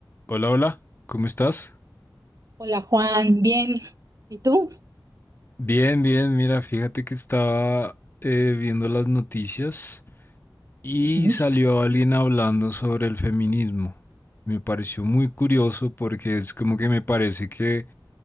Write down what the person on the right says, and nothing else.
Hola Juan, bien. ¿Y tú?
Ujú.